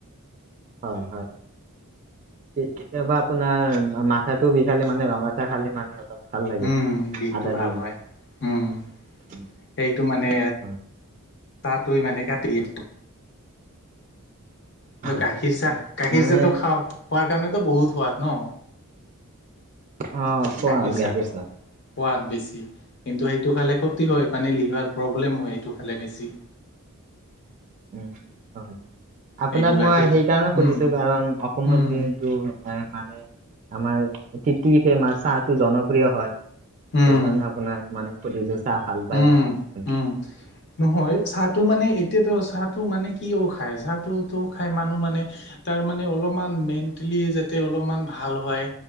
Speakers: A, on the right; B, on the left.
A: হয় হয়। কেতিয়াবা আপোনাৰ মাথাটো বিষালে মানে ৰঙাচা খালী মানে অলপ। ভাল লাগে
B: উম বিষটো
A: আদা
B: ভাল
A: দি কিনে।
B: হয় উম
A: উম,
B: সেইটো মানে।
A: <inaudible>
B: চাহ তই মানে কাটি দিল <inaudible> কিন্তু
A: হয়
B: গাখীৰ চাহ গাখীৰ
A: মানে
B: চাহটো খা খোৱাৰ কাৰণেতো বহুত সোৱাদ নহ।
A: অ খোৱা
B: গাখীৰ চাহটো
A: চাহ
B: সোৱাদ বেছি। কিন্তু সেইটো খালে ক্ষতি হয় মানে লিভাৰ প্ৰব্লেম হয় সেইটো খালে বেছি।
A: উম হয় আপোনাক
B: সেইটো গাখীৰ
A: মই সেইকাৰণে সুধিছো
B: উম
A: কাৰণ অসমৰ
B: উম
A: যিহেতু। এ মানে আমাৰ টিটি ফেমাছ চাহটো জনপ্ৰিয় হয়। সেইকাৰণে
B: উম
A: আপোনাক মানে সুধিলো। চাহ ভাল পায়
B: উম
A: নেকি আপুনি
B: উম নহয় চাহটো মানে এতিয়াত চাহটো মানে কি খায় চাহটোত খায় মানুহ মানে তাৰ মানে অলপমান মেন্টেলি যাতে এ অলপমান ভাল হয়।